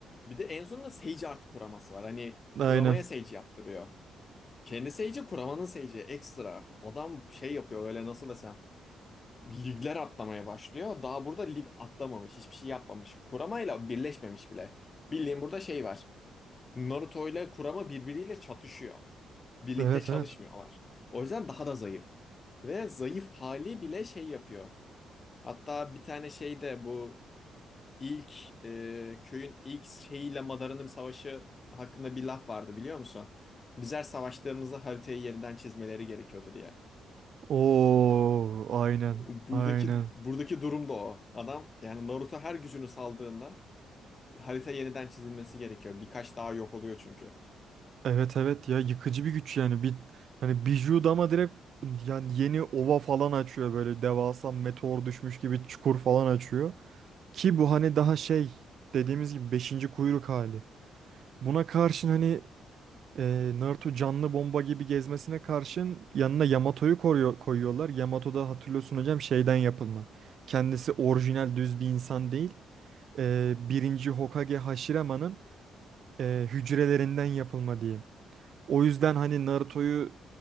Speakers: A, on the left (about 30°); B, on the right (about 60°).
A: Bir de en sonunda Sage artı kuraması var. Hani
B: Aynen.
A: kuramaya Sage yaptırıyor. Kendi Sage'i kuramanın Sage'i ekstra. Adam şey yapıyor öyle nasıl desem. ligler atlamaya başlıyor. Daha burada lig atlamamış, hiçbir şey yapmamış. Kurama ile birleşmemiş bile. Bildiğin burada şey var. Naruto ile Kurama birbiriyle çatışıyor. Birlikte
B: Evet
A: çalışmıyorlar.
B: evet.
A: O yüzden daha da zayıf. Ve zayıf hali bile şey yapıyor. Hatta bir tane şeyde bu ilk e, köyün ilk şeyiyle Madara'nın savaşı hakkında bir laf vardı biliyor musun? Bizler savaştığımızda haritayı yeniden çizmeleri gerekiyordu diye.
B: Oo aynen.
A: Buradaki
B: Aynen.
A: buradaki durum da o. Adam yani Naruto her gücünü saldığında harita yeniden çizilmesi gerekiyor. Birkaç daha yok oluyor çünkü.
B: Evet evet ya yıkıcı bir güç yani. Bir hani Bijuu dama direkt yani yeni ova falan açıyor böyle devasa meteor düşmüş gibi çukur falan açıyor. Ki bu hani daha şey dediğimiz gibi beşinci kuyruk hali. Buna karşın hani e, Naruto canlı bomba gibi gezmesine karşın yanına Yamato'yu koruyor, koyuyorlar. Yamato da hatırlıyorsun hocam şeyden yapılma. Kendisi orijinal düz bir insan değil. E, birinci Hokage Hashirama'nın e, hücrelerinden yapılma diyeyim. O yüzden hani Naruto'yu